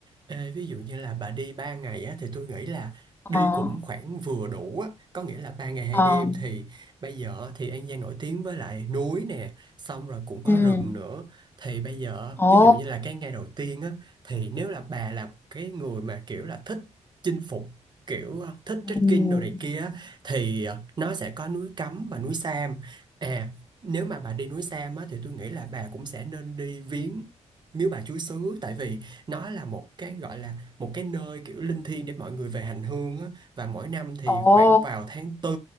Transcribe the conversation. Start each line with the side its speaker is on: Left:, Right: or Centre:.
Right: Ê, ví dụ như là bà đi 3 ngày á, thì tôi nghĩ là
Left: Ờ,
Right: đi cũng khoảng vừa đủ á, có nghĩa là 3 ngày hai
Left: ờ,
Right: đêm thì bây giờ thì An Giang nổi tiếng với lại núi nè, xong rồi cũng có
Left: ừ,
Right: rừng nữa. Thì bây giờ
Left: ồ,
Right: ví dụ như là cái ngày đầu tiên á thì nếu là bà là cái người mà kiểu là thích chinh phục kiểu ờ, thích
Left: ừ,
Right: trekking đồ này kia á, thì ờ, nó sẽ có núi Cấm và núi Sam. À, nếu mà bà đi núi Sam á thì tôi nghĩ là bà cũng sẽ nên đi viếng Miếu Bà Chúa Xứ tại vì nó là một cái gọi là một cái nơi kiểu linh thiêng để mọi người về hành hương á và mỗi năm thì
Left: ồ,
Right: khoảng vào tháng tư